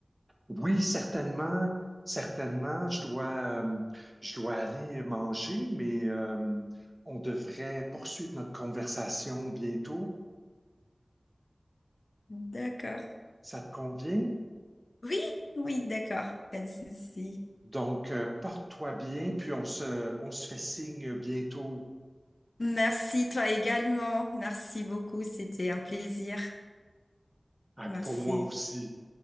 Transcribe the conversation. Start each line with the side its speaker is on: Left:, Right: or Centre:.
Right: Oui, certainement, certainement, je dois, euh, je dois aller manger, mais euh, on devrait poursuivre notre conversation bientôt.
Left: D'accord.
Right: Ça te convient?
Left: Oui, oui, d'accord. Pas de souci.
Right: Donc, euh, porte-toi bien, puis on se, on se fait signe bientôt,
Left: Merci, toi également. Merci beaucoup. C'était un plaisir.
Right: Ah,
Left: Merci.
Right: pour moi aussi.